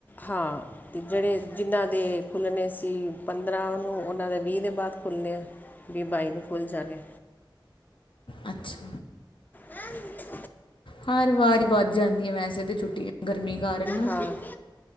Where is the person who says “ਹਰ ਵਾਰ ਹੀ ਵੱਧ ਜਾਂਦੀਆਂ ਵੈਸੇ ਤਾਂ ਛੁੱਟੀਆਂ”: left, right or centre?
Left